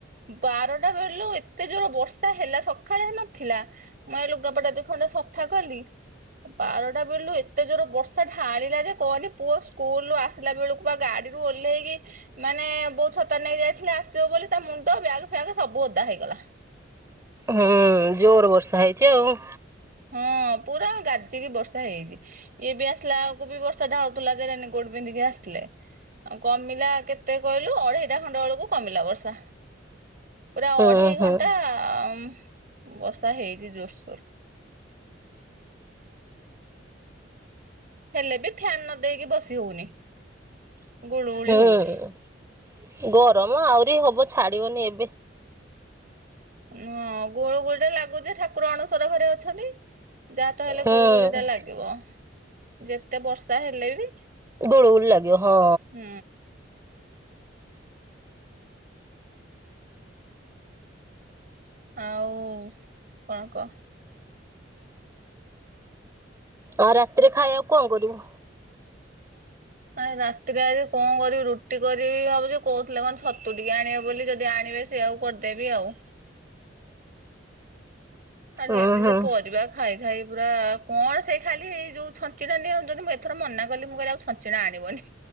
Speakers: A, on the right; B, on the right.
A: ବାରଟା ବେଲୁ ଏତେ ଜୋରେ ବର୍ଷା ହେଲା ସଖାଳେ ନଥିଲା। ମୁଁ ଏଇ ଲୁଗା ପଟା ଦି ଖଣ୍ଡ ସଫା କଲି। ବାରଟା ବେଳୁ ଏତେ ଜୋରେ ବର୍ଷା ଢ଼ାଳିଲା ଯେ କହନି ପୁଅ ସ୍କୁଲ୍ ରୁ ଆସ୍ ଆସିଲା ବେଳୁକୁ ପା ଗାଡିରୁ ଓହ୍ଲେଇକି ମାନେ ବୋ ଛତା ନେଇକି ଯାଇଥିଲେ ଆସିବ ବୋଲି ତା ମୁଣ୍ଡ ବ୍ୟାଗ୍ ଫ୍ୟାଗ୍ ସବୁ ଓଦା ହେଇଗଲା।
B: ହୁଁ ଜୋର୍ ବର୍ଷା ହେଇଛି ଆଉ
A: ହଁ ପୁରା ଗାଜିକି ବର୍ଷା ହେଇଚି। ଇଏ ବି ଆସିଲା ଆଳକୁ ବି ବର୍ଷା ଢାଳୁଥୁଲା କେଜାଣି କୋଉଠୁ ପିନ୍ଧିକି ଆସିଥିଲେ? ଆଉ କମିଲା କେତେ କହିଲୁ ଅଢେଇଟା ଖଣ୍ଡ ବେଳକୁ କମିଲା ବର୍ଷା। ପୁରା
B: ହୁଁ
A: ଅଢ଼େଇ
B: ହୁଁ।
A: ଘଣ୍ଟା ଆଁ ମ୍ ବର୍ଷା ହେଇଚି ଜୋରସୋର୍। ହେଲେ ବି ଫ୍ୟାନ୍ ନ ଦେଇକି ବସି ହଉନି। ଗୁଳୁଗୁଳି
B: ହୁଁ
A: ହଉଛି
B: ଗରମ ଆହୁରି ହବ ଛାଡ଼ିବନି ଏବେ।
A: ହଁ ଗୁଳୁ ଗୁଳି ତ ଲାଗୁଚି ଠାକୁର ଅଣସର ଘରେ ଅଛନ୍ତି। ଯାହା ତ ହେଲେ
B: ହୁଁ।
A: ଗୁଳୁଗୁଳିଟା ଲାଗିବ ଯେତେ ବର୍ଷା ହେଲେ ବି
B: ଗୁଳୁଗୁଳି ଲାଗିବ ହଁ।
A: ହୁଁ। ଆଉ କଣ କହ?
B: ଆଉ ରାତିରେ ଖାଇବାକୁ କଣ କରିବୁ?
A: ଆ ରାତିରେ ଆଜି କଣ କରିବି ରୁଟି କରିବି ଭାବୁଛି କହୁଥିଲେ କଣ ଛତୁ ଟିକେ ଆଣିବେ ବୋଲି ଯଦି ଆଣିବେ ସେୟାକୁ କରିଦେବି ଆଉ ଆ
B: ଉଁ
A: ଏମତି
B: ହୁଁ।
A: ସେ ପରିବା ଖାଇ ଖାଇ ପୁରା କଣ ସେଇ ଖାଲିଇ ଯେଉଁ ଛଞ୍ଚିଣା ନିଅ ଯଦି ମୁଁ ଏଥର ମନା କଲି ମୁଁ କହିଲି ଆଉ ଛଞ୍ଚିଣା ଆଣିବନି।